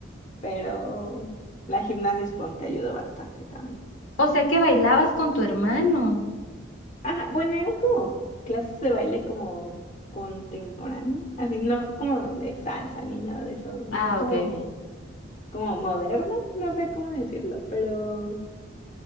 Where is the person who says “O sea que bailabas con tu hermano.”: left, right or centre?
Left